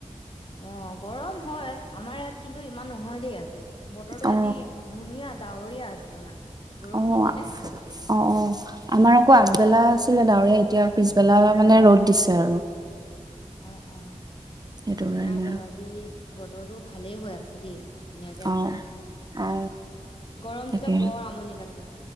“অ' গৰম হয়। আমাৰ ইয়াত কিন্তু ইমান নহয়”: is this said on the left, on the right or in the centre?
Left